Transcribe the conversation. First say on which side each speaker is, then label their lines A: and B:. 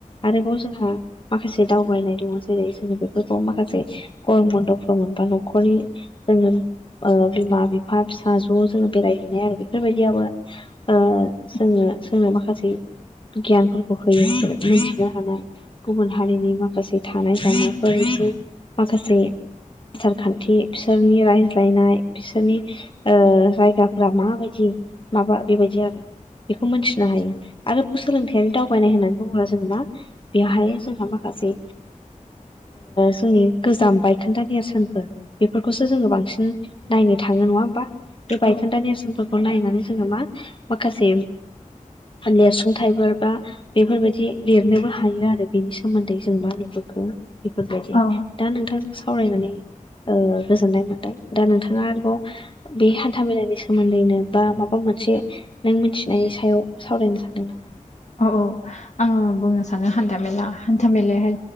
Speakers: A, on the left (about 40°); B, on the left (about 60°).
A: आरोबाव जोंहा माखासे दावबायनाय दङ जेरै जोंनि बेफोरखौ माखासे गरम बन्दफोराव मोनबा न'खरनि जोङो बिमा बिफा फिसा ज' जोङो बेरायहैनाय आरो बेफोरबायदियाबो
B: <inaudible>
A: ओ जोंनो जोंनो माखासे गियानफोरखौ होयो मिथिया थानाय गुबुन हारिनि माखासे थानाय जानायफोर माखासे आसार खान्थि बिसोरनि रायज्लायनाय बिसोरनि जायगाफोरा माबायदि माबा बेबायदि आरो बेखौ मोनथिनो हायो आरो सोलोंथायारि दावबायनाय होननानै बुङोब्ला जोङ ना बेयावहाय जोंहा माखासे जोंनि गोजाम बायखोन्दा नेरसोनफोर बेफोरखौसो जोङो बांसिन नायनो थाङो नङा होमबा बे
B: औ
A: बायखोन्दा नेरसोनफोरखौ नायनानै जोङो मा माखासे लिरसुंथाइफोर बा बेफोरबायाददि लिरनो बो हायो आरो बेनि सोमोन्दै जों मा नुबोखो बेफोरबायदि
B: औ
A: दा नोंथांजों सावरायनानै ओ गोजोननाय मोनदों दा नोंथाङा आरोबाव बे हान्था मेलानि सोमोन्दैनो बा माबा मोनसे नों मिथिनायनि सायाव सावरायनो सानदों नामा
B: औ औ आङो बुंनो सानो हान्थाामेला हान्था मेलायाहाय